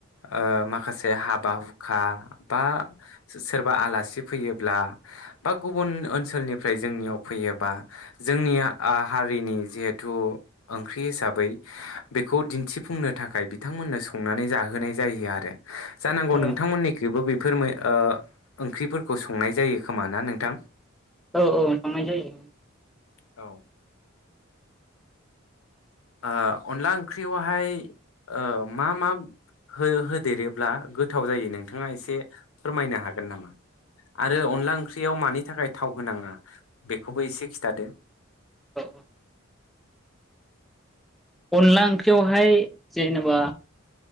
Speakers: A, on the left (about 80°); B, in the centre.
A: ओ माखासे हाबा हुखा बा सोरबा आलासि फैयोब्ला बा गुबुन ओनसोलनिफ्राय जोंनियाव फैयोबा जोंनिया ओ हारिनि जेहेथु ओंख्रि हिसाबै बेखौ दिन्थिफुंनो थाखाय बिथांमोननो संनानै जाहोनाय जायो आरो। जानांगौ
B: औ
A: नोंथांमोननिखैबो बे <unintelligible> फोर ओंख्रिफोरखौ संनाय जायो खोमा ना नोंथां।
B: औ औ संनाय जायो ओं।
A: औ। ओ अनला ओंख्रियावहाय ओ मा मा हो होदेरोब्ला गोथाव जायो नोंथाङा एसे फोरमायनो हागोन नामा आरो अनला ओंख्रियाव मानि थाखाय थाव होनाङा बेखौबो एसे खिन्थादो।
B: औ औ। अनला ओंख्रियावहाय जेनेबा